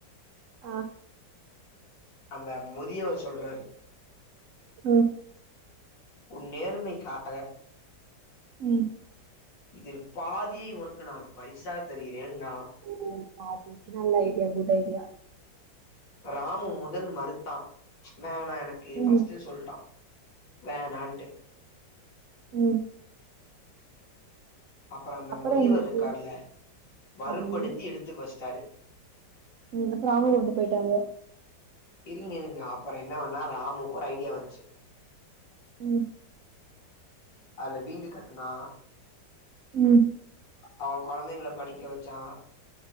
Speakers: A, on the right; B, on the left.
A: ஆ
B: அந்த முதியவர் சொல்றாரு
A: ம்
B: உன் நேர்மைக்காக
A: ம்
B: இதில் பாதியை உனக்கு நான் பரிசா தருகிறேன்னா
A: ஓ பாதி நல்ல ஐடியா குட் ஐடியா
B: ராமு முதல் மறுத்தான் வேணா எனக்கு
A: ம்
B: ஃபஸ்ட்டு சொல்ட்டான் வேணான்ட்டு
A: ம்
B: அப்பறோ அந்த
A: அப்புறோ
B: முதியவர்
A: என்னாச்சு
B: இருக்கார்ல வறுப்படுத்தி
A: ஆமாங்க
B: எடுத்துக்க வச்சிட்டாரு
A: ம் அப்பறோ அவுங்களு விட்டு போய்ட்டாங்க
B: இருங்க இருங்க அப்பறோ என்னாவுன்னா ராமுக்கு ஒரு ஐடியா வந்துச்சு
A: ம்
B: அதுல வீடு கட்னா
A: ம்
B: அவன் குழந்தைங்கள படிக்க வச்சான்